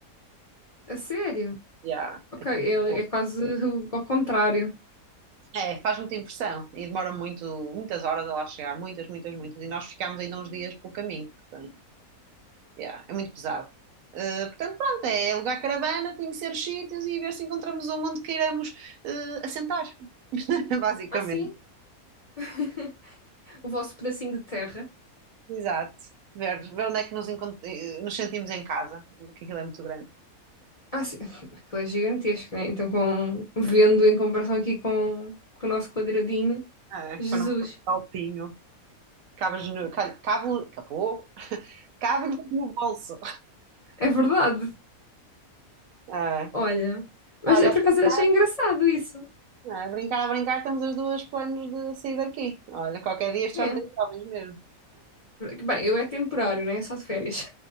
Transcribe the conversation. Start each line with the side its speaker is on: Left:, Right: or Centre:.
Left: A sério?
Right: Já,
Left: Ok,
Right: é tipo
Left: é,
Right: um horror.
Left: é quase o- ao contrário.
Right: É, faz muita impressão e demora muito, muitas horas a lá chegar, muitas, muitas, muitas. E nós ficámos ainda uns dias pelo caminho, portanto, já, é muito pesado. Eh, portanto, pronto, é alugar caravana, conhecer os sítios e ver se encontramos um onde queiramos eh, assentar, <laughs> basicamente.
Left: Ah, sim. <laughs> O vosso pedacinho de terra.
Right: Exato. Ver, ver onde é que nos, encont- eh, nos sentimos em casa, porque aquilo é muito grande.
Left: Ah, sim. Aquilo é gigantesco, né? Então, com... vendo em comparação aqui com, com o nosso quadradinho,
Right: Ah, é,
Left: Jesus.
Right: para não ficar sozinho. Cabas no, ca- cabo, capô, Cabe-lhe no bolso.
Left: É verdade.
Right: Ah,
Left: Olha. Mas
Right: Olha,
Left: é por
Right: a
Left: acaso
Right: brincar,
Left: achei engraçado isso.
Right: não é? a brincar, a brincar, temos os dois planos de sair daqui. Olha, qualquer dia isto
Left: É.
Right: já não tem jovens mesmo.
Left: Bem, eu é temporário, né? É só de férias.